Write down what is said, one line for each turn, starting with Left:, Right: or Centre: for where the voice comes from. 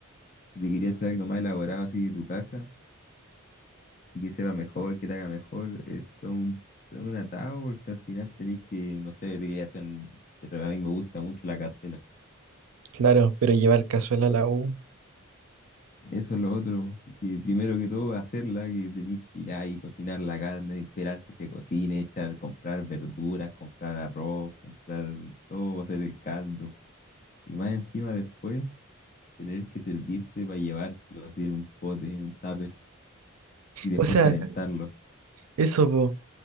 Left: si te quería hacer algo más elaborado así de tu casa y que sepa mejor, que te haga mejor, esto es todo un, todo un atado porque al final tenés que, no sé, te quería hacer, un- de verdad a mí me gusta mucho la cazuela.
Right: claro, pero llevar cazuela a la U.
Left: Eso es lo otro, que primero que todo hacerla, que tenéis que ya ahí cocinar la carne, esperar que se cocine, echar, comprar verduras, comprar arroz, comprar todo, hacer el caldo. Y más encima después tener que servirte para llevártelo así en un pote, en un tupper, y después
Right: O sea,
Left: calentarlo.
Right: eso, po.